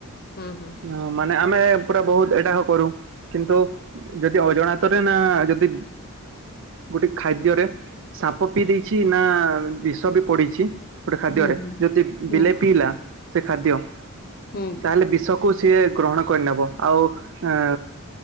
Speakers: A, on the left (about 45°); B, on the right (about 60°).
A: ହୁଁ ହୁଁ
B: ହଁ ମାନେ ଆମେ ପୁରା ବହୁତ୍ ଏଇଟା କରୁ କିନ୍ତୁ ଯଦି ଅଜଣାତରେ ନା ଯଦି ଗୋଟେ ଖାଦ୍ୟରେ ସାପ ପିଇ ଦେଇଛି ନା ବିଷ ବି ପଡିଛି। ଗୋଟେ ଖାଦ୍ୟରେ
A: ହୁଁ
B: ଯଦି
A: ହୁଁ
B: ବିଲେଇ ପିଇଲା ସେ ଖାଦ୍ୟ
A: ହୁଁ।
B: ତାହେଲେ ବିଷକୁ ସିଏ ଗ୍ରହଣ କରିନେବ ଆଉ ଏ